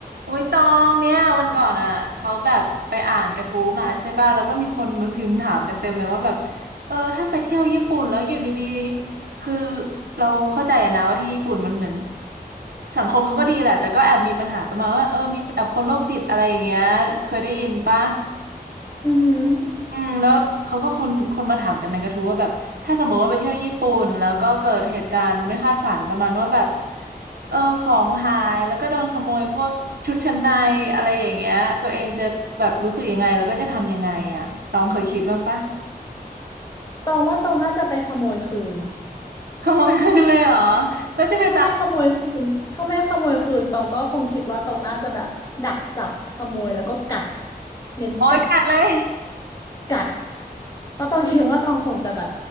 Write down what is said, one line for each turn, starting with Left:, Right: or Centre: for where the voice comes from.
Right: อุ้ยตองเนี่ยวันก่อนอ่ะเขาแบบไปอ่านกระทู้มาใช่ป่ะแล้วก็มีคนมาพิมพ์ถามกันเต็มเลยว่าแบบเออถ้าไปเที่ยวญี่ปุ่นแล้วอยู่ดีๆคือเราเข้าใจอะนะว่าที่ญี่ปุ่นมันเหมือนสังคมเขาก็ดีแหละแต่ก็แอบมีปัญหาประมาณว่าเออมีแอบคนโรคจิตอะไรอย่างเงี้ยเคยได้ยินป่ะ
Left: อือหือ
Right: อืมแล้วเขาก็คนคนมาถามกันในกระทู้ว่าแบบถ้าสมมติว่าไปเที่ยวญี่ปุ่นแล้วก็เกิดเหตุการณ์ไม่คาดฝันประมาณว่าแบบเออของหายแล้วก็โดนขโมยพวกชุดชั้นในอะไรอย่างเงี้ยตัวเองจะแบบรู้สึกยังไงแล้วก็จะทำยังไงอ่ะตองเคยคิดบ้างปะ
Left: ตองว่าตองน่าจะไปขโมยคืน
Right: ขโมยคืนเลยเหรอแล้วจะเป็น
Left: ถ้าไม่ขโมยคืนถ้าไม่ขโมยคืนตองก็คงคิดว่าตองน่าจะแบบดักจับขโมยแล้วก็กัดเน้นกัด
Right: โอ้ยกัดเลย
Left: กัดแล้วตองคิดว่าตองคงจะแบบ